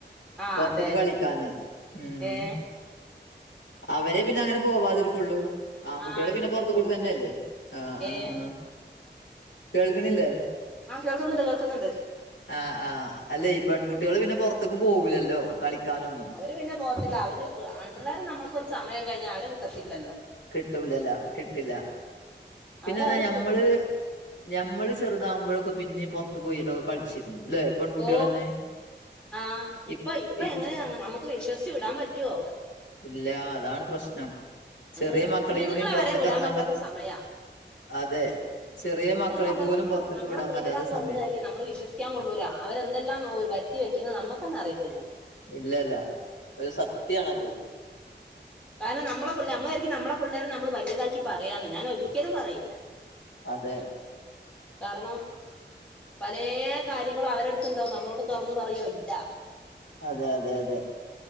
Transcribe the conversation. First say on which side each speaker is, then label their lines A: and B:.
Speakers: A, in the centre; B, on the left.
A: ആ
B: പൊർത്ത്ക്ക്
A: അതെ
B: കളിക്കാന് ഉം.
A: ഏ
B: അവരെ പിന്നെ അങ്ങനെ പോവാതിരിക്കൊള്ളൂ ആൺകുട്ടികള്
A: ആ
B: പിന്നെ
A: ഇരിക്കുള്ളൂ
B: പൊർത്ത്കൂടി തന്നെല്ലേ ആഹ്ആഹ്.
A: ഏ
B: കേൾക്ക്ണില്ലേ
A: ആഹ് കേൾക്കുന്നുണ്ട് കേൾക്കുന്നുണ്ട്
B: ആഹ് ആഹ് അല്ലേ പെൺകുട്ടികള് പിന്നെ പൊർത്ത്ക്ക് പോകൂലല്ലോ കളിക്കാനൊന്നും
A: അത് പിന്നെ പോകത്തില്ല അവര് ആൺപിള്ളേരെ നമ്മുക്കൊരു സമയം കഴിഞ്ഞാ അവരെ കിട്ടത്തില്ലല്ലോ
B: കിട്ടുല്ലല്ലോ കിട്ടില്ല പിന്നെന്താ
A: അവര് അവരെ
B: ഞമ്മള്
A: ഇഷ്ടത്തിന്
B: ഞമ്മള് ചെറുതാകുമ്പഴൊക്കെ പിന്നെയും പൊർത്ത് പോയിട്ടൊക്കെ കളിച്ചിരുന്നു ല്ലെ പെൺകുട്ടികൾ
A: ഓ
B: തന്നെ
A: ആഹ്
B: ഇപ്-
A: ഇപ്പൊ ഇപ്പ
B: ഇപ്-
A: എങ്ങനെ നമുക്ക് വിശ്വസിച്ച് വിടാൻ പറ്റൊ
B: ഇല്ല അതാണ് പ്രശ്നം
A: <unintelligible>
B: ചെറിയ മക്കളെയും കൂടിയും പുറത്തേക്ക്
A: വരെ വിടാൻ
B: ഇറങ്ങാൻ
A: പറ്റാത്ത
B: പ
A: സമയ
B: അതെ ചെറിയ
A: പിന്നെന്നർഞ്ഞാ
B: മക്കളെ പോലും
A: നമ്മളെ
B: പുറത്തേക്ക്
A: നമ്മളെ
B: വിടാൻ
A: പിള്ളേരാന്ന്
B: പറ്റാത്ത സമയം
A: പറഞ്ഞിട്ട് കാര്യല്ല നമ്മള് വിശ്വസി ക്യാൻ കൊള്ളൂല അവരെന്തെല്ലാം വരുത്തി വെക്കുന്നത് നമുക്കന്നെ അറിയത്തില്ല
B: ഇല്ല ഇല്ല ഒരു സത്യയാണത്.
A: കാരണം നമ്മളെ പിള്ളേർ നമ്മളായിരിക്കും നമ്മളെ പിള്ളേരെ നമ്മള് വല്യതാക്കി പറയാന്ന് ഞാൻ ഒരിക്കലും പറയില്ല.
B: അതെ.
A: കാരണം. പലെ കാര്യങ്ങൾ അവരെടുത്തുണ്ടാവും നമ്മളോട് തൊർന്നു പറയോ ഇല്ല
B: അതെ അതെ അതെ